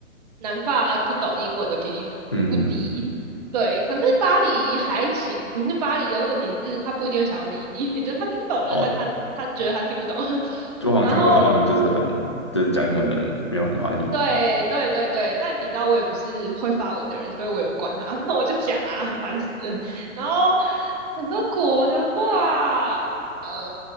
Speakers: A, on the right; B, on the left.
A: 南法不懂英文的比例不低。
B: 嗯，
A: 对，可是巴黎还行，可是巴黎的问题是，他不一定会想要理你，<laughs> 就是他听懂了，
B: 哦，
A: 但他他觉得他听不懂。<laughs>
B: 我好像看过，
A: 然后，
B: 他们好像就是很就是讲英文的人没有很欢迎，
A: 对对对对，但你知道我也不是会发文的人，所以我也不管他，<laughs> 我就讲啊，烦死了。然后很多国的话，嗯，